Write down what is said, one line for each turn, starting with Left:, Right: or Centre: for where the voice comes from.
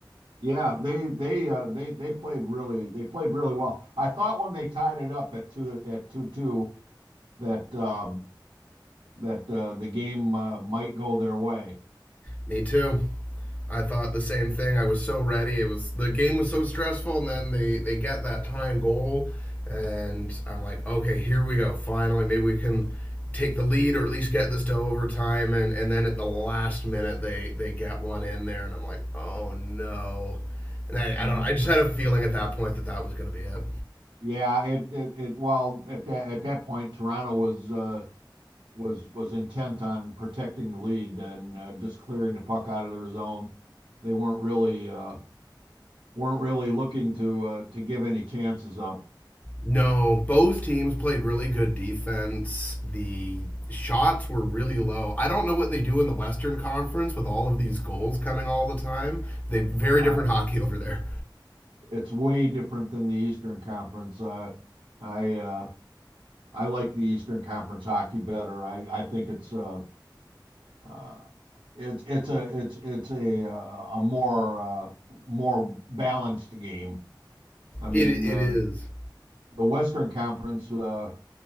Right: Yeah, they they uh, they they played really they played really well. I thought when they tied it up at two at two two that um, that uh, the game uh, might go their way.
Left: Me too. I thought the same thing. I was so ready. It was the game was so stressful, and then they they get that tying goal, and I'm like, okay, here we go. Finally, maybe we can take the lead or at least get this to overtime. And and then at the last minute, they they get one in there, and I'm like, oh no. And I,
Right: Yeah,
Left: I don't. I just had a feeling at that point that that was going to be it.
Right: Yeah, it, it, it, well, at that, at that point, Toronto was, uh, was, was intent on protecting the lead and uh, just clearing the puck out of their zone. They weren't really, uh, weren't really looking to, uh, to give any chances up.
Left: No, both teams played really good defense. The shots were really low. I don't know what they do in the Western Conference with all of these goals coming all the time. They very
Right: Uh,
Left: different <laughs> hockey over there.
Right: it's way different than the Eastern Conference. Uh, I, uh, I like the Eastern Conference hockey better. I, I think it's, uh, uh, it's, it's a, it's, it's a, uh, a more, uh, more balanced game. I mean,
Left: It it
Right: uh,
Left: is.
Right: the Western Conference, uh,